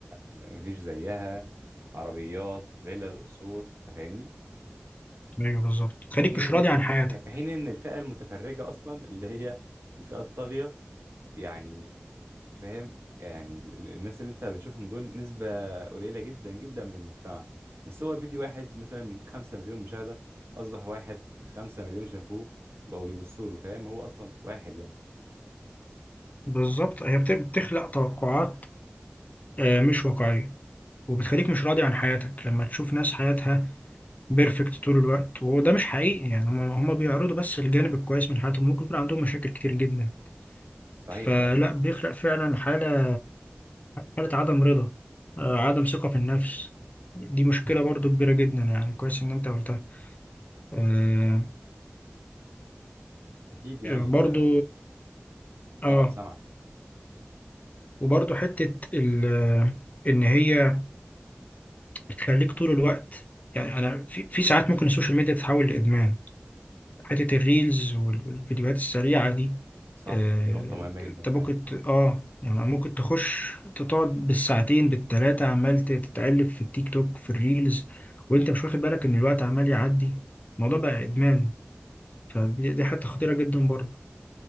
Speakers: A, on the right; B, on the left.
A: مفيش زيها عربيات فيلا قصور أنت فاهمني؟
B: ايوه بالظبط تخليك
A: في حين
B: مش راضي
A: إن
B: عن حياتك
A: إن- في حين إن الفئة المتفرجة أصلا اللي هي الفئة الطاغية يعني فاهم يعني ال- ال- الناس اللي أنت بتشوفهم دول نسبة قليلة جدا جدا من المجتمع بس هو فيديو واحد مثلا بيجيب 5 مليون مشاهدة أصبح واحد 5 مليون شافوه بقوا بيبصوا له فاهم هو أصلا واحد يعني
B: بالظبط هي بت- بتخلق توقعات آه، مش واقعية وبتخليك مش راضي عن حياتك لما تشوف ناس حياتها بيرفكت طول الوقت وده مش حقيقي يعني هم هم بيعرضوا بس الجانب الكويس من حياتهم ممكن يكون عندهم مشاكل كتير جدا
A: صحيح
B: فلا
A: فعلا
B: بيخلق فعلا حالة حالة عدم رضا آه، عدم ثقة في النفس دي مشكلة برضو كبيرة جدا يعني كويس إن أنت قلتها آه،
A: أكيد يعني
B: آه، برضو
A: ف
B: آه
A: اه آه، سامعك
B: وبرضو حتة ال- آه، إن هي بتخليك طول الوقت يعني أنا في, في ساعات ممكن السوشيال ميديا تتحول لإدمان حتة الريلز وال- والفيديوهات السريعة دي
A: صح
B: آه،
A: دي نقطة مهمة جدا
B: انت
A: فعلا
B: ممكن ت- اه يعني ممكن تخش تقعد بالساعتين بالتلاتة عمال ت- تتقلب في التيك توك في الريلز وانت مش واخد بالك ان الوقت عمال يعدي الموضوع بقى ادمان فدي دي حتة خطيرة جدا برضه